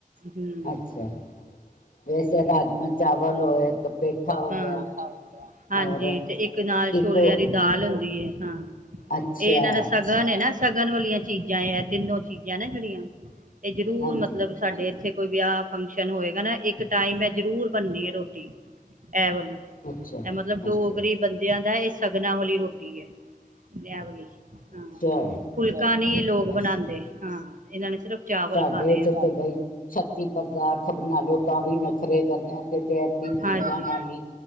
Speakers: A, on the right; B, on the left.
A: ਹਮ
B: ਅੱਛਾ ਵੈਸੇ ਰਾਜਮਾਂ ਚਾਵਲ ਹੋਏ ਇੱਕ ਪੇਠਾ ਹੋ
A: ਹਾਂ
B: ਗਿਆ
A: ਹ ਹਾਂਜੀ
B: ਔਰ
A: ਤੇ ਇੱਕ ਨਾਲ
B: ਇੱਕ
A: ਛੋਲਿਆਂ
B: ਉਹ
A: ਦੀ ਦਾਲ ਹੁੰਦੀ ਏ ਹਾਂ
B: ਅੱਛਾ
A: ਇਹਨਾਂ ਦਾ ਸਗਨ ਹੈ ਨਾ ਸਕਗਣ ਵਾਲੀਆਂ ਚੀਜ਼ਾਂ ਤਿੰਨੋ ਚੀਜ਼ਾਂ ਨਾ ਜਿਹੜੀਆਂ ਇਹ ਜ਼ਰੂਰ
B: ਹਾਂਜੀ
A: ਮਤਲਬ ਸਾਡੇ ਇੱਥੇ ਕੋਈ ਵਿਆਹ ਫੰਕਸ਼ਨ ਹੋਏਗਾ ਨਾ ਇੱਕ ਟਾਈਮ ਮੈਂ ਜਰੂਰ ਬਣਨੀ ਆ ਰੋਟੀ। ਐ ਵਾਲੀ
B: ਅੱਛਾ
A: ਮਤਲਬ ਦੋ
B: ਅੱਛਾ
A: ਗਰੀਬ
B: ਅੱਛਾ
A: ਬੰਦਿਆਂ ਦਾ ਇਸ ਸ਼ਗਨਾਂ ਵਾਲੀ ਰੋਟੀ ਐ <unintelligible> ਵਾਲੀ ਹਾਂ
B: ਅੱਛਾ
A: ਫੁਲਕਾ ਨੀ ਇਹ ਲੋਕ ਬਣਾਉਂਦੇ
B: ਅ
A: ਹਾਂ ਇਹਨਾਂ ਨੇ ਸਿਰਫ਼ ਚਾਵਲ
B: ਸਾਡੇ
A: ਖਾਣੇ ਹਾਂ
B: ਚ ਤੇ ਬਈ ਛੱਤੀ ਪਦਾਰਥ ਬਣਾ ਲੋ ਤਾਂ ਵੀ ਨਖਰੇ ਕਰਦੇ ਆ ਤੇ ਇਹ ਤਿੰਨ ਚੀਜ਼ਾਂ
A: ਹਾਂਜੀ
B: ਨਾਲ ਹੀ